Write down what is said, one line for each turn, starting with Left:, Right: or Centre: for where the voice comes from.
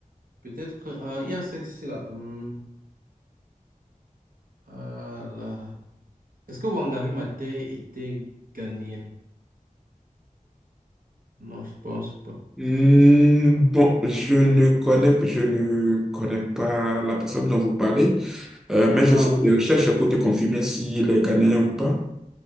Right: Peut-être, euh, il y a celle-ci là. Hum, ah là. Est-ce que Wangari Maathai était ghanéenne? Non, je pense pas.
Centre: Hmm, Bon, je ne connais, je ne connais pas la personne dont vous parlez, euh, mais je
Right: Ah,
Centre: fais
Right: ok.
Centre: des recherches pour te confirmer s'il est Ghanéen ou pas.